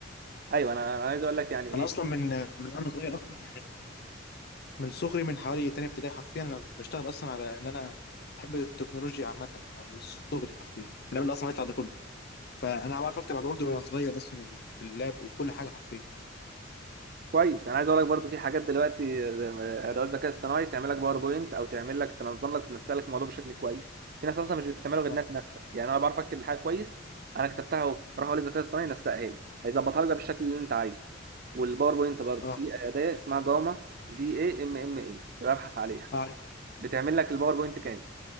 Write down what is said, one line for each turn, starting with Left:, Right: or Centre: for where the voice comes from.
Right: ايوه انا انا عايز اقول لك يعني ايه
Left: انا اصلا من من وانا صغير اصلا يعني من صغري من حوالي تانية ابتدائي حرفيا انا بشتغل اصلا على ان انا بحب التكنولوجيا عامة أنا من صغري حرفيا من قبل اصلا ما يطلع ده كله فانا بعرف اكتب على الوورد وانا صغير اصلا في اللاب وكل حاجة حرفيا
Right: كويس انا عايز اقول لك برضو في حاجات دلوقتي زي ما- ادوات ذكاء اصطناعي تعمل لك باوربوينت او تعمل لك تنظم لك تنسق لك الموضوع بشكل كويس في ناس اصلا مش بتستعمله غير
Left: اه
Right: انها تنسق يعني انا بعرف اكتب الحاجه كويس انا كتبتها اهو راح اقول للذكاء الاصطناعي نسقها لي هيظبطها لك بقى بالشكل اللي انت عايزه والباوربوينت برضو
Left: اه
Right: في اداه اسمها جاما جي اي ام ام اي ابحث عليها
Left: اعرف
Right: بتعمل لك الباوربوينت كامل